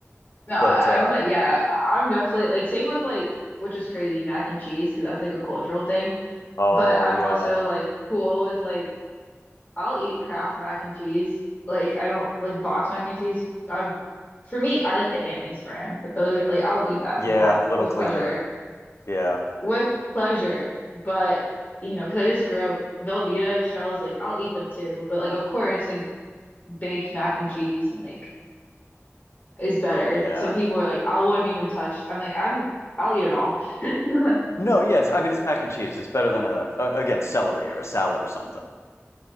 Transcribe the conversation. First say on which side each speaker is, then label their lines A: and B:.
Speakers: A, on the left; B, on the left.
A: No,
B: But
A: I'm
B: uh,
A: like yeah, I'm definitely like same with like which is crazy, mac and cheese because that's like a cultural thing.
B: oh
A: But I'm
B: yeah,
A: also like cool with like I'll eat Kraft mac and cheese. Like I don't like box mac and cheese. I'm for me, I like the Annie's brand, but those are like I'll eat that
B: yeah,
A: with half
B: little
A: with
B: cleaner.
A: pleasure.
B: Yeah,
A: with pleasure, but you know, because I just grew up Velveeta shells, like I'll eat them too, but like of course, like baked mac and cheese and like is better.
B: yeah.
A: Some people are like, I wouldn't even touch. I'm like, I'm I'll eat it all. <laughs>
B: No, yeah. It's, I mean, it's mac and cheese. It's better than a, a again celery or a salad or something.